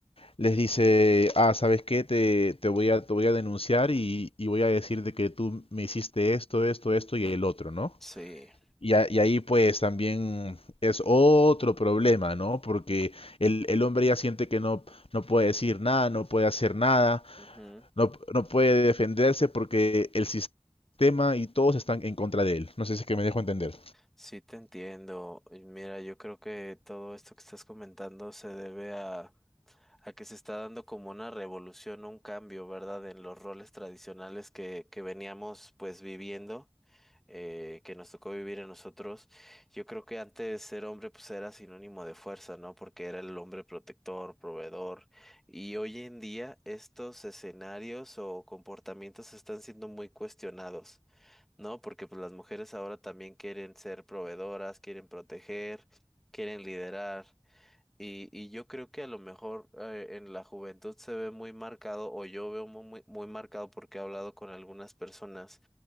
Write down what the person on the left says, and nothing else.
les dice, ah, ¿sabes qué? Te, te voy a, te voy a denunciar y, y voy a decirte que tú me hiciste esto, esto, esto y el otro, ¿no?
Y, a- y ahí pues también es otro problema, ¿no? Porque el, el hombre ya siente que no, no puede decir nada, no puede hacer nada,
no, no puede defenderse porque el sistema y todos están en contra de él. No sé si es que me dejo entender.